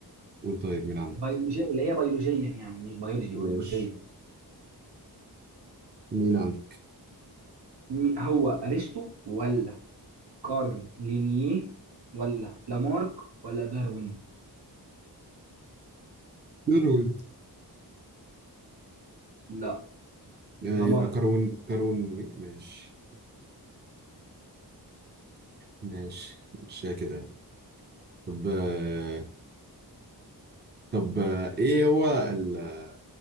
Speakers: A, on the right; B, on the right.
A: قول طيب مين عندك
B: بيولوجي اللي هي بيولوجيا يعني مش بيولوجي
A: ماشي
B: بيولوجيا
A: مين عندك
B: مين- هو أرسطو ولا كارل لينيه ولا لامارك ولا داروين
A: كروين
B: لا
A: آه
B: لامارك
A: يبقى كروين كروين وي ماشي ماشي مش كده يعني طب آه طب آه ايه هو ال-